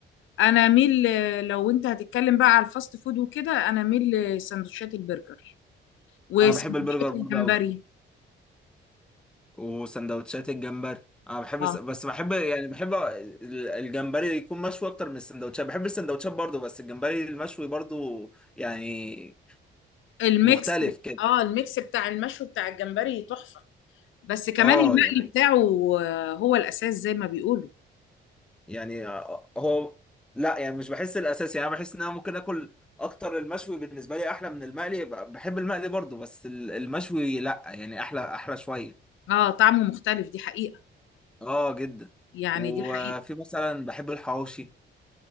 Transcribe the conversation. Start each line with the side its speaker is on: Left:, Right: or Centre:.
Left: انا ميل لو انت هتتكلم بقى على الفاست فود وكده انا ميل لسندوتشات البرجر وسندوتشات
Centre: انا بحب البرجر برضه
Left: الجمبري
Centre: قوي وسندوتشات الجمبري انا بحب
Left: اه
Centre: الس- بس بحب يعني بحب ال- الجمبري يكون مشوي اكتر من السندوتشات بحب السندوتشات برضه بس الجمبري المشوي برضه يعني
Left: الميكس
Centre: مختلف كده
Left: اه الميكس بتاع المشوي بتاع الجمبري تحفة بس كمان
Centre: اه
Left: المقلي
Centre: يعني
Left: بتاعه آه، هو الاساس زي ما بيقولوا
Centre: يعني آه، آه، هو لا يعني مش بحس الاساسي يعني انا بحس ان انا ممكن اكل اكتر المشوي بالنسبه لي احلى من المقلي ب- بحب المقلي برضو بس ال- المشوي لا يعني احلى احلى شويه
Left: اه طعمه مختلف دي حقيقة
Centre: اه جدا
Left: يعني
Centre: وفي
Left: دي حقيقة
Centre: مثلا بحب الحواوشي